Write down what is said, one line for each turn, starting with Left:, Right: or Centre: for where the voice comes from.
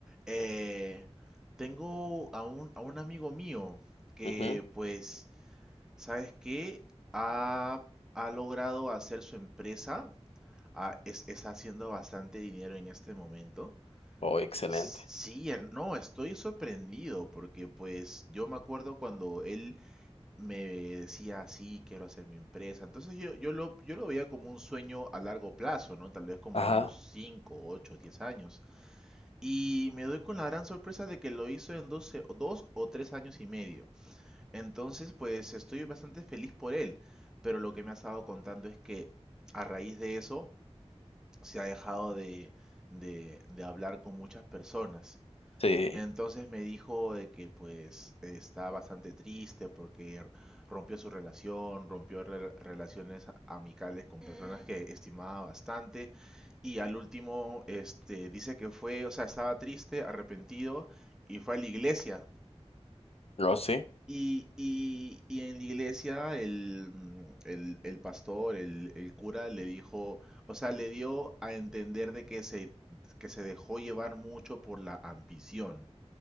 Centre: Eh, tengo a un, a un amigo mío que,
Left: Ujú.
Centre: pues, ¿sabes qué? Ha, ha logrado hacer su empresa, ah, es- está haciendo bastante dinero en este momento.
Left: Oh, excelente.
Centre: Sí, her- no, estoy sorprendido porque pues yo me acuerdo cuando él me decía, sí, quiero hacer mi empresa. Entonces yo, yo lo, yo lo veía como un sueño a largo plazo, ¿no? Tal vez como
Left: Ajá,
Centre: a unos 5 8 10 años. Y me doy con la gran sorpresa de que lo hizo en 12 o 2 o 3 años y medio. Entonces pues estoy bastante feliz por él. Pero lo que me ha estado contando es que a raíz de eso se ha dejado de, de, de hablar con muchas personas.
Left: sí.
Centre: Y entonces me dijo de que pues está bastante triste porque rompió su relación, rompió rela- relaciones amicales con personas Mm, que estimaba bastante y al último este dice que fue, o sea, estaba triste, arrepentido y fue a la iglesia.
Left: No, sí.
Centre: Y, y, y en la iglesia el, mm, el, el pastor, el, el cura le dijo, o sea, le dio a entender de que se, que se dejó llevar mucho por la ambición